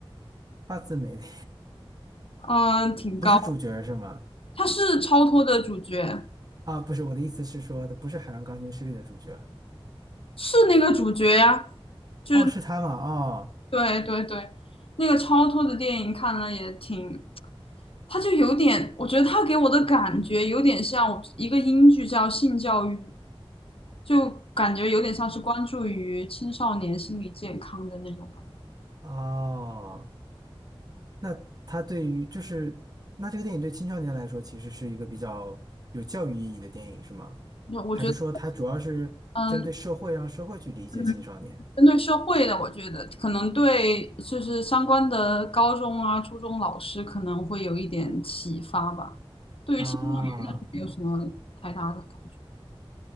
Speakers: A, on the right (about 40°); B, on the left (about 70°).
A: 八字没的
B: 嗯，挺高，
A: <laughs> 不是主角是吗？
B: 他是超脱的主角，
A: 啊，不是，我的意思是说的不是海上钢琴师里的主角，
B: 是那个主角呀，就是
A: 哦，是他吗？哦，
B: 对对对，那个超脱的电影看了也挺，他就有点，我觉得他给我的感觉有点像一个英剧叫《性教育》，就感觉有点像是关注于青少年心理健康的那种感
A: 哦。那它对于就是那这个电影对青少年来说，其实是一个比较有教育意义的电影，是吗？
B: 觉，我觉得，
A: 还是说它主要是针对社会，
B: 嗯。
A: 让社会去理解青少年
B: 嗯针对社会的，我觉得可能对就是相关的高中啊、初中老师可能会有一点启发吧。对于青少年的没有什么太大的感觉。
A: 啊？